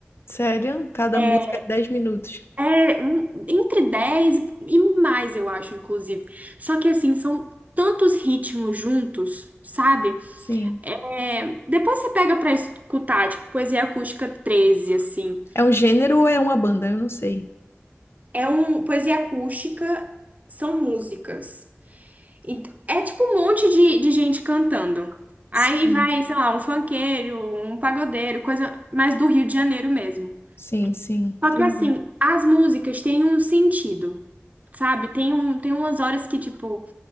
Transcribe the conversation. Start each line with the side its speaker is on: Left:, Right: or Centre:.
Left: Sério? Cada
Right: É,
Left: música é 10 minutos.
Right: É um- entre 10 e e mais, eu acho, inclusive. Só que assim, são tantos ritmos juntos, sabe?
Left: Sim.
Right: É, depois você pega pra escutar, tipo, poesia acústica 13 assim.
Left: É um gênero ou é uma banda? Eu não sei.
Right: É um. Poesia acústica são músicas. Ent- É tipo um monte de, de gente cantando. Aí
Left: Sim,
Right: vai, sei lá, um funkeiro, um pagodeiro, coisa mais do Rio de Janeiro mesmo.
Left: sim, sim.
Right: Só
Left: Entendi.
Right: que assim, as músicas têm um sentido, sabe? Tem um, tem umas horas que, tipo,